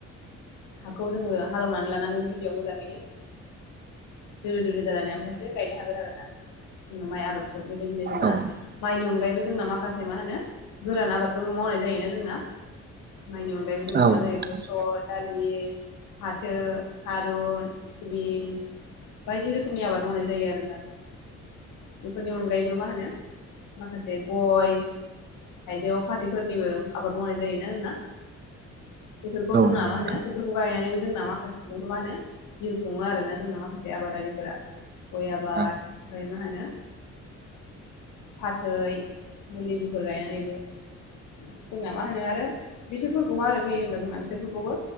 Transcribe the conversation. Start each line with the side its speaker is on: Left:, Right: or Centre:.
Left: हाखौ जोङो हालेवनानै लानांगोन गिबियाव मोजाङैनो दोलो दोलो जालानाय ओमफ्रायसो गायनो हागोन आरोोना जोंना माइ आबादखौ बेबायदिनो जोंना
Right: औ
Left: माइनि अनगायैबो जोंना माखासे मा होनो गोरान आबादफोरखौ मावनाय जायोना जोंना माइनि अनगायैबो
Right: नोंथां
Left: जोंना मा जायो बेसर,
Right: औ
Left: दालि, फाथो, थारुन, सिबिं बायदि रोखोमनि आबाद मावनाय जायो आरोना। बेफोरनि अनगायैबो मा होनो माखासे गय हाइजौआव, फाथैफोरनिबो आबाद मावनाय जायोना जोंना बेफोरखौ जोंना
Right: नंगौ
Left: मा
Right: नोंथां
Left: होनो बेफोरखौ गायनानैबो जोंना माखासे सुबुंखौ मा होनो जिउ खुङो आरो ना जोंना माखासे आबादारिफोरा गय आबाद
Right: औ
Left: ओमफ्राय मा होनो फाथै <unintelligible> गायनानैबो जोंना मा होनो आरो बेसरफोरखौबो माबोरै फैयो होनबा जोंना बेसरफोरखौबो